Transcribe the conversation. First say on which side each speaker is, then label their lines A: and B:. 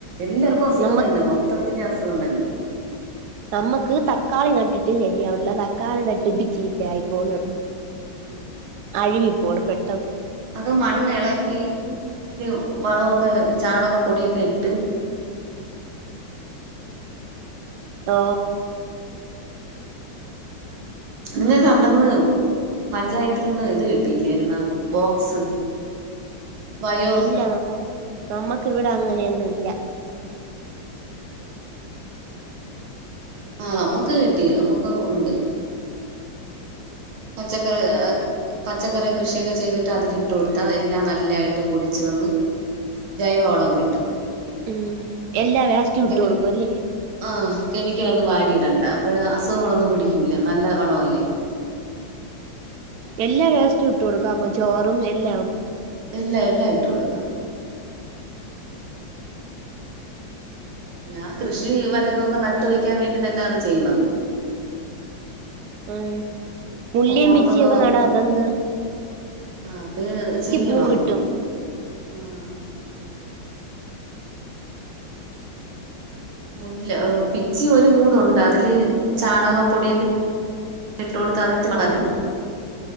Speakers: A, on the right; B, on the right.
A: എല്ലാർക്കും അസുഖം
B: നമ്മക്ക്
A: തന്നെ മൊത്ത ത്തില് അസുഖം തന്നെ
B: നമ്മക്ക് തക്കാളി നട്ട്ട്ട് ശരിയാവിൺല്ല തക്കാളി നട്ട്ട്ട് ചീത്തായി പോന്ന്
A: ആ
B: അഴ്കി പോണ് പെട്ടെന്ന്
A: അത് മണ്ണ് എളക്കി ഒരു വളൊക്കെ ചാണക പൊടിയൊക്കെ ഇട്ട്
B: ഓ
A: നിങ്ങക്ക് അവട്ന്ന് പഞ്ചായത്തിൽ നിന്ന് ഇത് കിട്ടില്ലേര്ന്നോ ബോക്സ് ബയോ
B: ഇല്ല നമ്മ നമ്മക്കിവടെ അങ്ങനൊന്നുല്ല
A: ആ നമ്മക്ക് കിട്ടി നമ്മക്കൊക്കെ ഒണ്ട് <unintelligible> പച്ചക്കറി കൃഷിയൊക്കെ ചെയ്തിട്ട് അതിലിട്ട് കൊട്ത്താ എല്ലാം നല്ലതായിട്ട് പൊടിച്ച് വന്ന് ജൈവവളം കിട്ടും
B: ഉം എല്ലാ വേസ്റ്റും
A: കെമി
B: ഇട്ട് കൊടുക്കും അല്ലേ
A: ആ കെമിക്കലൊന്നും വാരി ഇടണ്ട അപ്പഴാ അസുഖങ്ങളൊന്നും പിടിക്കൂല്ല നല്ല വളല്ലേ
B: എല്ലാ വേസ്റ്റും ഇട്ട് കൊടുക്കാമോ ചോറും എല്ലാം
A: എല്ലാ എല്ലാ ഇട്ട് കൊട്ക്കാ ഞാൻ കൃഷി വല്ലതൊക്കെ നട്ട് വെക്കാൻ വേണ്ടി തന്ന അത് ചെയ്യ്ണത്
B: ഉം പുല്ലിം
A: അപ്പൊ പുറത്തുന്ന്
B: പിച്ചിയൊക്കെ നടാ തെന്ത്
A: ആ അത് ചെയ്യണതും
B: പൂ കിട്ടും
A: ആ ആ മുല്ല പിച്ചി ഒരു മൂട്ണ്ട് അതില് ചാണകപ്പൊടിയൊക്കെ ഇട്ടുക കൊടുത്താത് ഇത്തിരി നനയുള്ളൂ